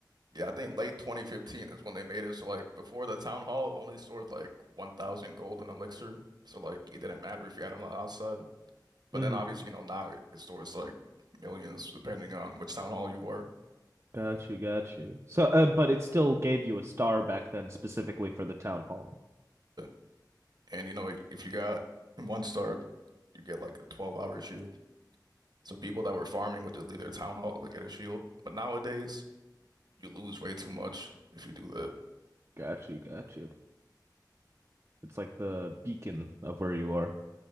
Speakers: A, on the right (about 65°); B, on the right (about 40°).
A: Yeah, I think late 2015 is when they made it. So like before the town hall only stored like 1,000 gold in elixir. So like it didn't matter if you had it on the outside. But
B: Mm-hmm.
A: then obviously you know now it, it stores like millions depending on which town hall you are.
B: Got you, got you. So, uh, but it still gave you a star back then specifically for the Town Hall.
A: Yeah. And you know if you got one star, you get like a 12 hour shield. So people that were farming would just leave their town hall to get a shield. But nowadays, you lose way too much if you do that.
B: Got you, got you. It's like the beacon of where you are.